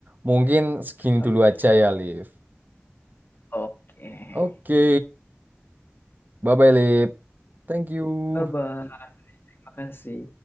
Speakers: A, on the right; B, on the left.
A: Mungkin segini
B: Ok
A: dulu aja ya, Liv.
B: oke. Okay.
A: Oke. Bye-bye, Liv. Thank you.
B: Bye-bye, makasih.